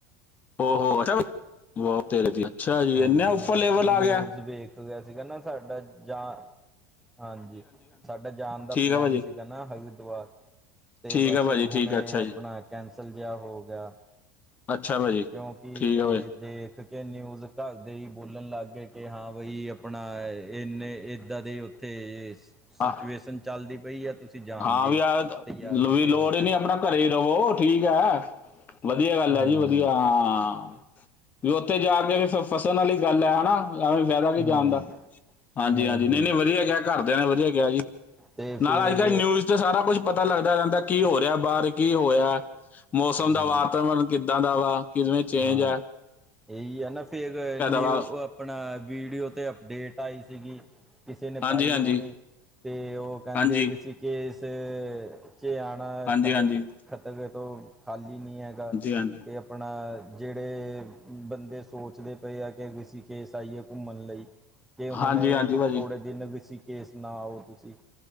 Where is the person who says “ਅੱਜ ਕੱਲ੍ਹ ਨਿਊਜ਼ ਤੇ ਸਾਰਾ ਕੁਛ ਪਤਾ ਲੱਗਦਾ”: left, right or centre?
Left